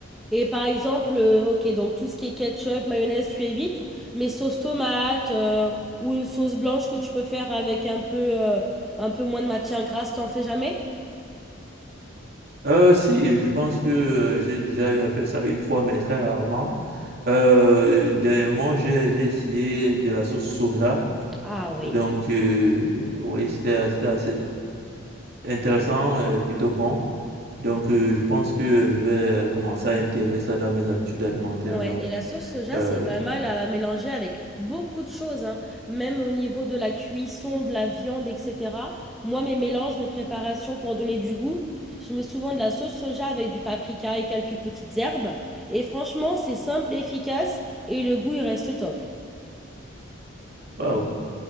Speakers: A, in the centre; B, on the right (about 50°).
A: Et par exemple, euh, ok, donc tout ce qui est ketchup, mayonnaise, tu évites, mais sauce tomate euh, ou une sauce blanche que tu peux faire avec un peu, euh, un peu moins de matière grasse, t'en fais jamais?
B: Euh, si, je pense que euh, j'ai déjà eu à faire ça une fois, mais très rarement. Euh, dernièrement, j'ai j'ai essayé de la sauce soja.
A: Ah oui.
B: Donc, euh, oui, c'était c'était assez intéressant, euh, plutôt bon. Donc, euh, je pense que je vais commencer à intégrer ça dans mes habitudes alimentaires.
A: Ouais,
B: Donc,
A: et la sauce soja,
B: euh,
A: c'est pas mal à mélanger avec beaucoup de choses, hein. Même au niveau de la cuisson, de la viande, etc. Moi, mes mélanges, mes préparations pour donner du goût, je mets souvent de la sauce soja avec du paprika et quelques petites herbes. Et franchement, c'est simple, efficace et le goût, il reste top.
B: waouh.